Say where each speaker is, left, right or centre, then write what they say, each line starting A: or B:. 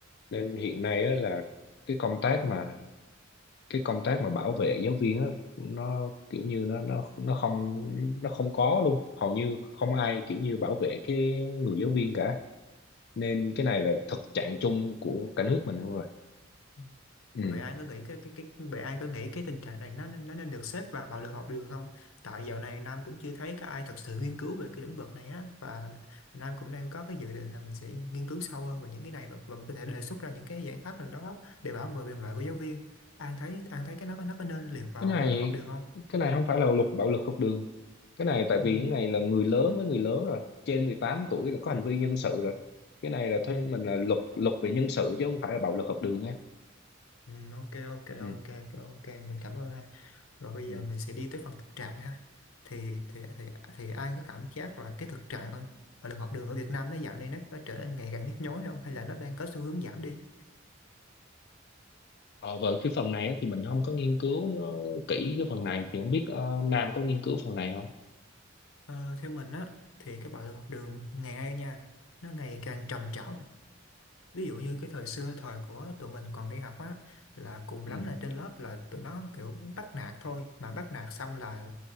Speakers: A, on the left; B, on the left.
A: nên hiện nay á, là cái công tác mà cái công tác mà bảo vệ giáo viên á, nó kiểu như nó nó nó không nó không có luôn hầu như không ai kiểu như bảo vệ cái người giáo viên cả nên cái này là thực trạng chung của cả nước mình luôn rồi
B: Ừ.
A: ừ.
B: vậy anh có nghĩ cái cái cái vậy anh có nghĩ cái tình trạng này nó nên- nó nên được xếp vào bạo lực học đường không tại dạo này Nam cũng chưa thấy có ai thật sự nghiên cứu về cái lĩnh vực này á và Nam cũng đang có cái dự định là mình sẽ nghiên cứu sâu hơn về những cái này và, và mình có thể đề xuất ra những cái giải pháp nào đó để bảo vệ quyền lợi của giáo viên anh thấy anh thấy cái nó có- nó có nên liệt vào
A: cái này
B: bạo lực học đường không
A: cái này không phải là luật bạo lực học đường cái này tại
B: ừ
A: vì cái này là người lớn với người lớn rồi trên 18 tuổi là có hành vi nhân sự rồi cái này là thôi
B: ừ
A: mình là luật luật về nhân sự chứ không phải là bạo lực học đường nha
B: Ừ, ok ok
A: ừ.
B: ok ok ok, mình cảm ơn ha rồi bây
A: Ừ.
B: giờ mình sẽ đi tới phần thực trạng ha thì thì thì thì ai có cảm giác là cái thực trạng ở bạo lực học đường ở Việt Nam nó dạo này nó có trở nên ngày càng nhức nhối không hay là nó đang có xu hướng giảm đi
A: Ờ, về cái phần này á, thì mình không có nghiên cứu nó kỹ cái phần này thì không biết ờ, Nam có nghiên cứu phần này không
B: Ờ, theo mình á thì cái bạo lực học đường ngày nay nha nó ngày càng trầm trọng ví dụ như cái thời xưa thời của tụi mình còn đi học á là cùng
A: ừ.
B: lắm là trên lớp là tụi nó kiểu bắt nạt thôi mà bắt nạt xong là